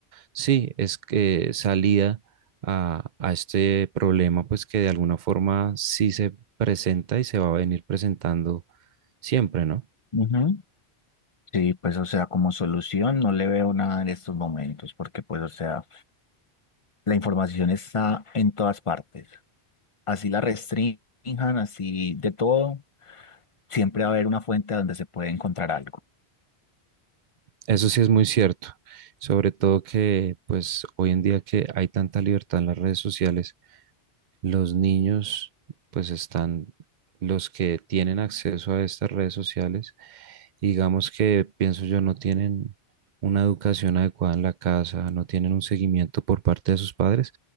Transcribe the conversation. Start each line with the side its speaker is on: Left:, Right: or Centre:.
Right: sí, es que salida a, a este problema, pues que de alguna forma sí se presenta y se va a venir presentando siempre, ¿no?
Left: Ujú. Sí, pues o sea, como solución no le veo nada en estos momentos, porque pues o sea, la información está en todas partes. Así la restrinjan, así de todo, siempre va a haber una fuente donde se puede encontrar algo.
Right: Eso sí es muy cierto, sobre todo que pues hoy en día que hay tanta libertad en las redes sociales, los niños pues están, los que tienen acceso a estas redes sociales, digamos que pienso yo no tienen una educación adecuada en la casa, no tienen un seguimiento por parte de sus padres,